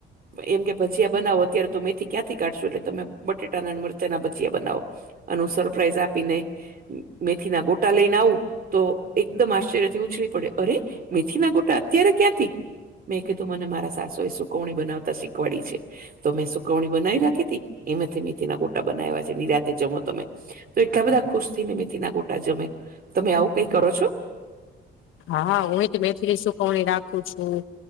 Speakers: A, on the right; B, on the left.
A: એમ કે ભજીયા બનાવો અત્યારે તો મેથી ક્યાંથી કાઢશો એટલે તમે બટેટા ના મરચાના ભજીયા બનાવો અને સરપ્રાાઈઝ આપીને મેથી ના ગોટા લઈને આવું તો એકદમ આશ્ચર્ય થી ઉછળ પડે અરે મેથી ના ગોટા અત્યારે ક્યાંથી મેં કીધું મને મારા સાસોએ સુકવણી બનાવતા શીખવાડી છે તો મેં સુ કવણી બનાવી રાખી તી એમાંથી મેથી ના ગોટા બનાવ્યા છે નીરાતે જમો તમે તો એટલા બધા ખુશ થીને મેથી ના ગોટા જમે તમે આવું કઈ કરો છો
B: હા હું તો મેથીલી સુકવણી રાખું છું.